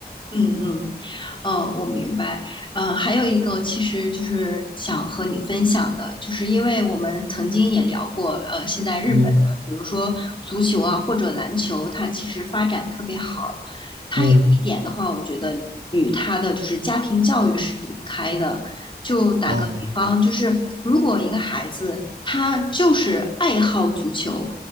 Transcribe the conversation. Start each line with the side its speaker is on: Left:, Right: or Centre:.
Left: 嗯嗯，呃，我明白。呃，还有一个，其实就是想和你分享的，就是因为我们曾经也聊过，呃，现在日本的，
Right: 嗯
Left: 比如说足球啊或者篮球，它其实发展特别好。
Right: 嗯，
Left: 一点的话，我觉得与他的就是家庭教育是离不开的。就打个比方，
Right: 哦
Left: 就是如果一个孩子他就是爱好足球，